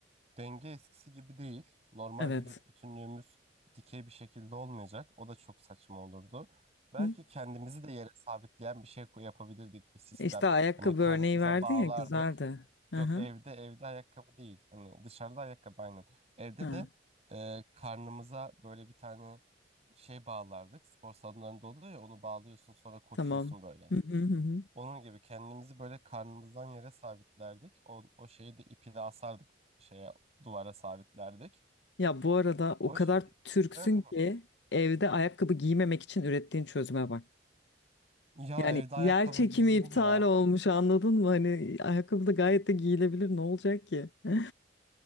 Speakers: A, on the right (about 35°); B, on the left (about 65°).
A: denge eskisi gibi değil. Normal
B: Evet.
A: vücut bütünlüğümüz dikey bir şekilde olmayacak. O da çok saçma olurdu. Belki
B: Hı.
A: kendimizi de yere sabitleyen bir şey koy- yapabilirdik bir sistem.
B: İşte ayakkabı
A: Hani karnımıza
B: örneği verdin
A: bağlardık.
B: ya güzeldi. Hı
A: Yok
B: hı.
A: evde evde ayakkabı değil. Hani dışarıda ayakkabı aynen. Evde
B: Ha,
A: de e, karnımıza böyle bir tane şey bağlardık. Spor salonlarında oluyor ya onu bağlıyorsun sonra koşuyorsun
B: tamam.
A: böyle.
B: Hı hı hı. hı.
A: Onun gibi kendimizi böyle karnımızdan yere sabitlerdik. O, o şeyi de iple asardık şeye duvara sabitlerdik.
B: Ya bu arada o
A: O
B: kadar
A: şekilde
B: Türksün
A: Hı.
B: ki evde ayakkabı giymemek için ürettiğin çözüme bak.
A: ya
B: Yani
A: evde ayakkabı
B: yer çekimi
A: giyilir
B: iptal
A: mi ya?
B: olmuş anladın mı? Hani ayakkabı da gayet de giyilebilir ne olacak ki? <laughs>